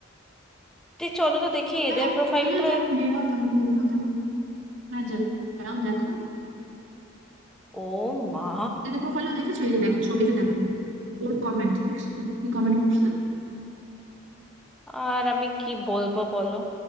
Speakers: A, in the centre; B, on the right.
A: তুই চলো তো দেখি
B: হ্যাঁ
A: এদের প্রোফাইলটা
B: ছেলেরা যেমন মেয়েরাও তেমন মেয়েগুলো তেমন হ্যাঁ যা- যাও দেখো
A: ও মা
B: ডেটা প্রোফাইলও দেখেছো এই যে দেখো ছবিতে দেখো ওর কমেন্ট দেখছো কি কমেন্ট করছে
A: আর আমি কি বলবো বলো